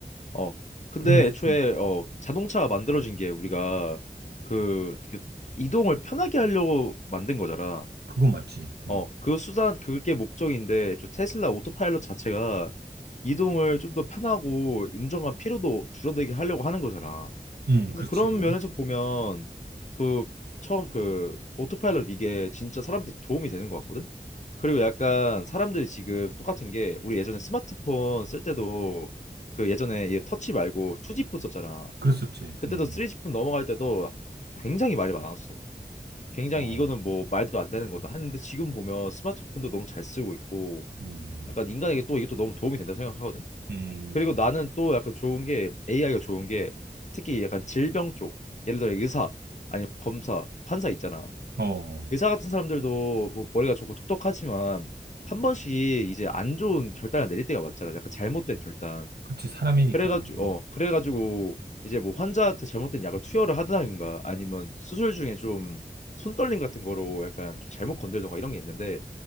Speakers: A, on the left; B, on the right.
A: 어. 근데
B: 그러면, 진-
A: 애초에
B: 음,
A: 어 자동차가 만들어진 게 우리가 그, 그 이동을 편하게 하려고 만든 거잖아.
B: 그건 맞지. 음,
A: 어, 그 수단 그게 목적인데 저 테슬라 오토파일럿 자체가 이동을 좀 더 편하고 운전관 피로도 줄어들게 하려고 하는 거잖아.
B: 음,
A: 그래서
B: 그렇지,
A: 그런
B: 그건.
A: 면에서 보면 그 처음 그 오토파일럿 이게 진짜 사람한테 도움이 되는 것 같거든. 그리고 약간 사람들이 지금 똑같은 게 우리 예전에 스마트폰 쓸 때도 그 예전에 얘 터치 말고 2G폰 썼잖아.
B: 그랬었지.
A: 그때도
B: 음,
A: 3G폰 넘어갈 때도 굉장히 말이 많았어. 굉장히
B: 어,
A: 이거는 뭐 말도 안 되는 거다 하는데 지금 보면 스마트폰도 너무 잘 쓰고 있고
B: 음,
A: 약간 인간에게 또 이게 또 너무 도움이 된다고 생각하거든.
B: 음,
A: 그리고 나는 또 약간 좋은 게 AI가 좋은 게 특히 약간 질병 쪽 예를 들어 의사 아니 검사 판사 있잖아
B: 어,
A: 의사 같은 사람들도 뭐 머리가 좋고 똑똑하지만 한 번씩 이제 안 좋은 결단을 내릴 때가 많잖아 약간 잘못된 결단
B: 그렇지. 사람이니까.
A: 그래가지고
B: 음,
A: 어 그래가지고 이제 뭐 환자한테 잘못된 약을 투여를 하든가 아니면 수술 중에 좀 손떨림 같은 거로 약간 좀 잘못 건들던가 이런 게 있는데